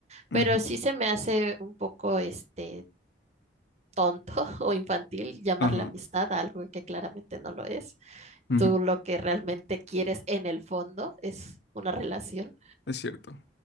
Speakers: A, on the right; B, on the left.
A: Pero
B: ujú,
A: sí se me hace un poco este tonto <laughs> o infantil llamarle
B: Ajá,
A: amistad a algo que claramente no lo es.
B: ujú,
A: Tú lo que realmente quieres en el fondo es una relación.
B: Es cierto.